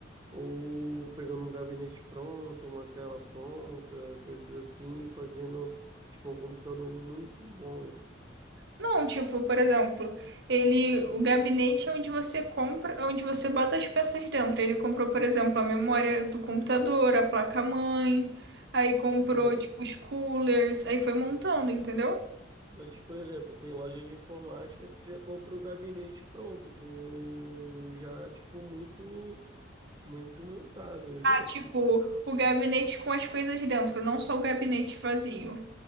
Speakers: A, on the right; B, on the right.
A: ou pegando um gabinete pronto, uma tela pronta, coisas assim, fazendo tipo um computador muito bom.
B: Não, tipo, por exemplo, ele, o gabinete é onde você compra, é onde você bota as peças dentro. Ele comprou, por exemplo, a memória do computador, a placa-mãe, aí comprou,
A: É.
B: tipo, os coolers, aí foi montando, entendeu?
A: Mas, tipo, por exemplo, tem loja de informática que já compra o gabinete pronto, com já tipo muito muito montado. Eu já
B: Tipo,
A: fui.
B: o gabinete com as coisas dentro, não só o gabinete vazio.